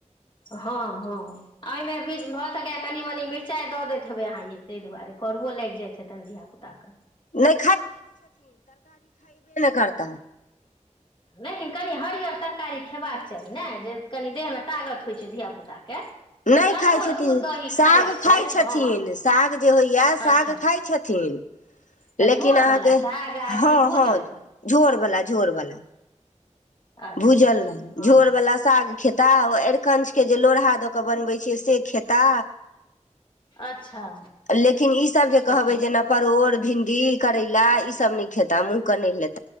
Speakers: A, on the left; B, on the left.
A: हँ हँ ओहिमे कि भऽ सकय कनि मनि मिरचाइ दऽ दैत हेबै अहाँ ये ताहि दुआरे करबो लागि जाइत हेतनि धियापुताकेँ
B: छै नहि करता
A: लेकिन कनि हरअर तरकारी खयबाक चाही ने जे कनि देहमे तागत होइत छै धियापुताके
B: नहि
A: कतबो
B: खाइ छथिन
A: दूध दही
B: साग
A: छै
B: खाइ छथिन
A: हँ
B: साग जे होइया साग
A: अच्छा
B: खााय छथिन
A: तऽ
B: लेकिन
A: झोरवला
B: अहाँके
A: साग आ कि
B: हँ
A: भूजल
B: हँ झोर ब झोर वलाा
A: अच्छा
B: भूजल
A: अच्छा
B: ने
A: हँ
B: झोर वला साग खेताह आरिकंछ के जे लोहा द के बनबै छियै से खेता
A: अच्छा
B: लेकिन ई सब
A: देखियौ
B: कह जे परो भ दी करैला ई सब नहि खेता मुह के नहि लेता